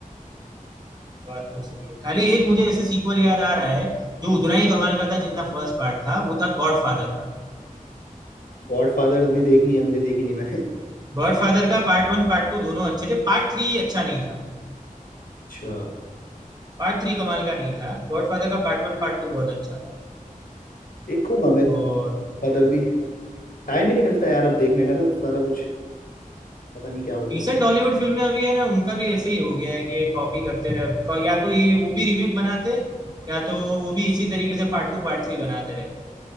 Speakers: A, on the right; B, on the left.
A: बात तो सही है खाली एक मुझे ऐसे सीक्वल याद आ रहा है जो उतना ही कमाल का था जितना फर्स्ट पार्ट था वो था गॉड फादर का
B: गॉडफादर भी देखनी है मुझे देखी नहीं मैंने
A: गॉड फादर का पार्ट वन पार्ट टू दोनों अच्छे थे पार्ट थ्री अच्छा नहीं था
B: अच्छा
A: पार्ट थ्री कमाल का नहीं था गॉड फादर का पार्ट वन पार्ट टू बहुत अच्छा था
B: देखूंगा मैं
A: और
B: फादर भी टाइम ही नहीं मिलता यार अब देखने का ना सारा कुछ पता नहीं क्या हो गया।
A: रिसेंट हॉलीवुड फिल्में अभी है ना उनका भी ऐसे ही हो गया है कि ये कॉपी करते रहे या तो ये वो भी रीमेक बनाते हैं, या तो वो भी इसी तरीके से पार्ट टू पार्ट थ्री बनाते रहते हैं